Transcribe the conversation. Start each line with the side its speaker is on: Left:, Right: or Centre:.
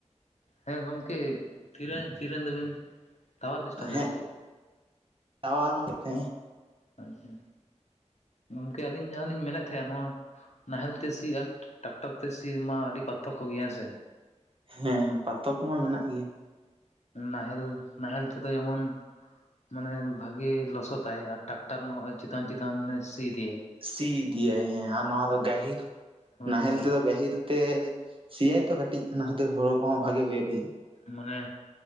Left: ᱦᱮᱸ ᱜᱚᱢᱠᱮ ᱛᱷᱤᱨᱮᱸ ᱯᱷᱤᱨᱮᱱ ᱫᱚᱵᱤᱱ ᱴᱟᱣᱟᱨ ᱰᱤᱥᱴᱟᱵᱮᱱᱜᱼᱟᱭ
Right: ᱦᱮᱸ
Left: ᱥᱮ ᱪᱮᱜ?
Right: <unintelligible>
Left: ᱟᱪᱪᱷᱟ ᱜᱚᱝᱠᱮ ᱟᱹᱞᱤᱧ ᱡᱟᱦᱟᱸ ᱞᱤᱧ ᱢᱮᱱᱮᱫ ᱛᱟᱦᱮᱸᱜ ᱱᱚᱣᱟ ᱱᱟᱦᱮᱞ ᱛᱮ ᱥᱤ ᱟᱨ ᱴᱟᱠᱴᱚᱨ ᱛᱮ ᱥᱤ ᱢᱟ ᱟᱹᱰᱤ ᱯᱟᱨᱛᱷᱚᱠᱚ ᱜᱮᱭᱟ ᱦᱮᱸ ᱥᱮ᱾
Right: ᱦᱮᱸ ᱦᱮᱸ ᱯᱟᱛᱷᱚᱠᱚ ᱢᱟ ᱢᱮᱱᱟᱜ ᱜᱮᱭᱟ᱾
Left: ᱱᱟᱦᱮᱞ ᱱᱟᱦᱮᱞ ᱛᱮᱫᱚ ᱡᱮᱢᱚᱱ ᱢᱟᱱᱮ ᱵᱷᱟᱜᱮ ᱞᱚᱥᱚᱫᱟᱭ ᱟᱨ ᱴᱟᱠᱴᱟᱨ ᱢᱟ ᱦᱚᱜᱼᱚᱭ ᱪᱮᱛᱟᱱ ᱪᱮᱛᱟᱱᱮ ᱥᱤ ᱤᱫᱤᱭᱟᱭ᱾
Right: ᱥᱤ ᱤᱫᱤᱭᱟᱭ ᱦᱮᱸ ᱟ ᱱᱚᱣᱟ ᱫᱚ ᱜᱟᱹᱦᱤᱨ,
Left: ᱦᱳᱭ
Right: ᱱᱟᱦᱮᱞ
Left: ᱵᱷᱟᱭ
Right: ᱛᱮᱫᱚ ᱜᱟᱹᱦᱤᱨ ᱛᱮ ᱥᱤᱭᱟᱭ ᱛᱚ ᱠᱟᱹᱴᱤᱡ ᱚᱱᱟ ᱠᱷᱟᱹᱛᱤᱨ ᱦᱳᱲᱳ ᱠᱚᱦᱚᱸ ᱵᱷᱟᱜᱤ ᱦᱩᱭᱩᱜ ᱜᱮᱭᱟ᱾
Left: ᱢᱟᱱᱮ